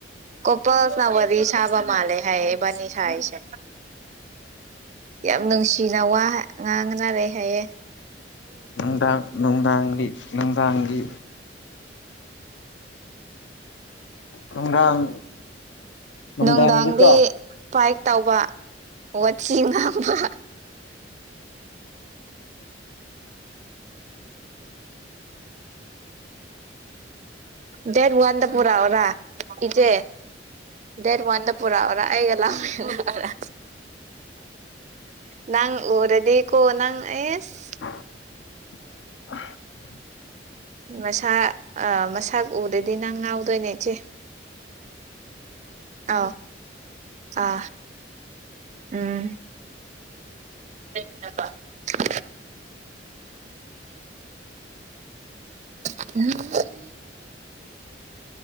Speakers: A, on the right; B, on the left.
A: ꯀꯣꯄꯜꯅ ꯋꯥꯔꯤ ꯁꯥꯕ ꯃꯥꯂꯦ ꯍꯥꯏꯌꯦ ꯏꯕꯅꯤ ꯁꯥꯏꯁꯦ꯫ ꯌꯥꯝ ꯅꯨꯡꯁꯤꯅ ꯋꯥ ꯉꯥꯡꯅꯔꯦ ꯍꯥꯏꯌꯦ꯫
B: ꯅꯨꯡꯗꯥꯡ ꯅꯨꯡꯗꯥꯡꯒꯤ ꯅꯨꯡꯗꯥꯡꯒꯤ꯫
A: <inaudible>
B: ꯅꯨꯡꯗꯥꯡ ꯅꯨꯡꯗꯥꯡꯗꯤꯀꯣ
A: ꯅꯨꯡꯗꯥꯡꯗꯤ꯫ ꯕꯥꯏꯛ ꯇꯧꯕ ꯋꯥꯊꯤ ꯉꯥꯡꯕ꯫ ꯗꯦꯠ ꯋꯥꯟꯗ ꯄꯨꯔꯛꯑꯣꯔꯥ ꯏꯆꯦ꯫ ꯗꯦꯗ ꯋꯥꯟꯗ ꯄꯨꯔꯛꯎꯔꯥ ꯑꯩꯒ ꯂꯥꯛꯃꯤꯟꯅꯔ ꯅꯪ ꯎꯔꯗꯤ ꯀꯣ ꯅꯪ ꯑꯦꯁ꯫
B: <unintelligible>
A: ꯃꯁꯥꯛ ꯑ ꯃꯁꯥꯛ ꯎꯔꯗꯤ ꯅꯪ ꯉꯥꯎꯗꯣꯏꯅꯦ ꯏꯆꯦ꯫ ꯑꯥꯎ ꯑ ꯎꯝ꯫ <unintelligible> <unintelligible>